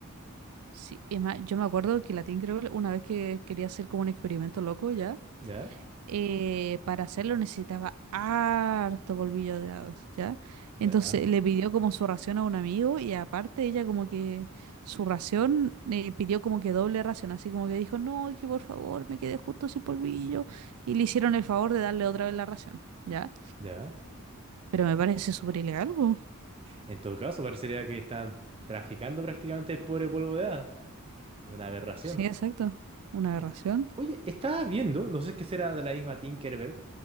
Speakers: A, on the right; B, on the right.
A: Sí, es más, yo me acuerdo que la Tinkerbell, una vez que quería hacer como un experimento loco ya,
B: ¿Ya?
A: eh, para hacerlo necesitaba harto polvillo de hadas, ¿ya?
B: ¿Ya?
A: Entonces le pidió como su ración a un amigo y aparte ella como que su ración eh, pidió como que doble ración, así como que dijo, no, que por favor me quedé justo sin polvillo y le hicieron el favor de darle otra vez la ración, ¿ya?
B: ¿Ya?
A: Pero me parece súper ilegal, po.
B: En todo caso, parecería que están traficando prácticamente el pobre polvo de hadas. Una aberración.
A: Sí, exacto, una aberración.
B: O- Oye, estaba viendo, no sé qué será de la misma Tinkerbell,